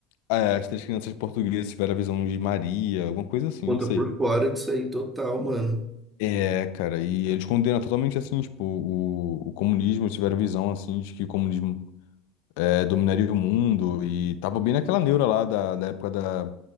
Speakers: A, on the left; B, on the right.
A: é, as três crianças portuguesas tiveram a visão de Maria, alguma coisa assim,
B: Pô,
A: não
B: tô
A: sei.
B: por fora disso aí total, mano.
A: É, cara, e eles condenam totalmente, assim, tipo, o, o comunismo, eles tiveram a visão, assim, de que o comunismo é, dominaria o mundo e tava bem naquela neura lá da, da época da